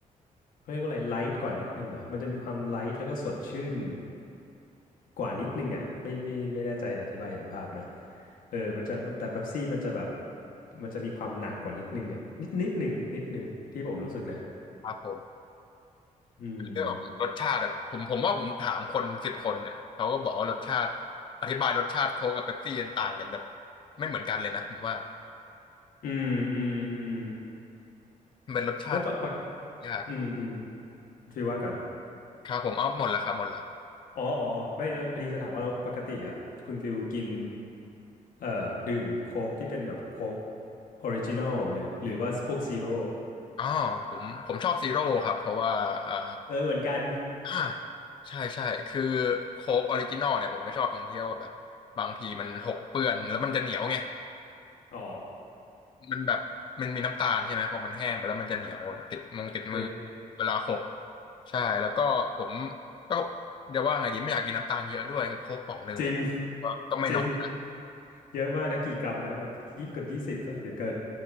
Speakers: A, on the left; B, on the left.
A: เขาเรียกว่าอะไรไลท์กว่านิดนึงเหรอ่ะมันจะมีความไลท์แล้วก็สดชื่นกว่านิดนึงอ่ะไม่ไม่ไม่แน่ใจอธิบายเห็นภาพไหมเออมันจะมันแต่เป๊ปซี่มันจะแบบมันจะมีความหนักกว่านิดนึงอ่ะนิดนิดนึงนิดนึงที่ผมรู้สึกนะ
B: ครับผม
A: อืม
B: เรื่องรสชาติอะผมผมว่าผมถามคนสิบคนเนี่ยเขาก็บอกว่ารสชาติอธิบายรสชาติโค้กกับเป๊ปซี่ยันต่างกันแบบไม่เหมือนกันเลยนะผมว่า
A: อืมอืมอืม
B: มันเป็นรสชาติ
A: แล้วปะปะ
B: ยาก
A: อืมอืมฟีลว่าก่อน
B: ครับผมเอาหมดแล้วครับหมดแล้ว
A: อ๋ออ๋อไม่แล้วพอดีจะถามว่าแล้วปกติอ่ะคุณฟิลกินเอ่อดื่มโค้กที่เป็นแบบโค้กออริจินอลหรือหรือว่าพวกซีโร่
B: อ๋อผมผมชอบซีโร่ครับเพราะว่าอ่า
A: เออเหมือนกัน
B: อ่าใช่ใช่คือโค้กออริจินอลเนี่ยผมไม่ชอบตรงที่ว่าแบบบางทีมันหกเปื้อนแล้วมันจะเหนียวไง
A: อ๋อ
B: มันแบบมันมีน้ำตาลใช่ไหมพอมันแห้งไปแล้วมันจะเหนียวติดมือติดมือ
A: เล็ก
B: เวลาหกใช่แล้วก็ผมก็เดี๋ยวว่าไงดีไม่อยากกินน้ำตาลเยอะด้วยคือโค้กป่องหนึ่งเนี่ยก็ก็ไม่น้อยนะ
A: จริง <laughs> จริงเยอะมากนะกี่กรัมนะแบบยี่เกือบยี่สิบป่ะหรือเกิน